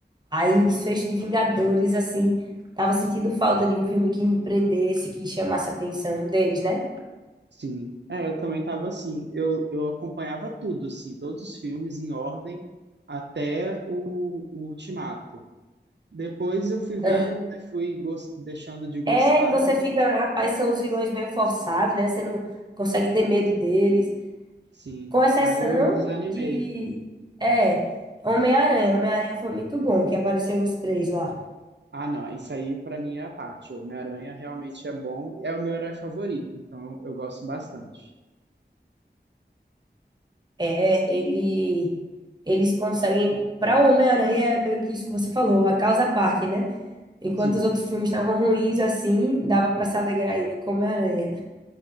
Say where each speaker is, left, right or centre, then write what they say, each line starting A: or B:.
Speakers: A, on the right; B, on the right.
A: Aí o desfecho de Vingadores, assim, tava sentindo falta de um filme que me prendesse, que chamasse a atenção deles, né?
B: Sim, é, eu também tava assim. Eu, eu acompanhava tudo, assim, todos os filmes em ordem até o, o Ultimato. Depois eu fui vendo,
A: Aham.
B: aí fui gos- deixando de gostar,
A: É, e você
B: e,
A: fica, rapaz, são os vilões meio forçados, né? Você não consegue ter medo deles.
B: sim.
A: Com exceção
B: Aí eu desanimei.
A: de. É, Homem-Aranha. Homem-Aranha foi muito bom, que apareceu os três lá.
B: Ah, não, isso aí pra mim é a parte. O Homem-Aranha realmente é bom, é o meu herói favorito, então eu gosto bastante.
A: É, ele, eles conseguem. Para o Homem-Aranha, é meio que isso que você falou, a causa à parte, né? Enquanto
B: Sim,
A: os outros filmes estavam ruins, assim, dava para se alegrar ainda com o Homem-Aranha.